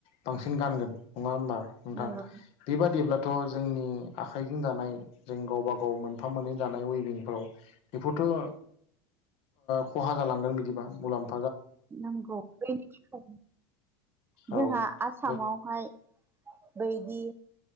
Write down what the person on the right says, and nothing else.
नंगौ
नंगौ <unintelligible> जोंहा
आसामावहाय
बैदि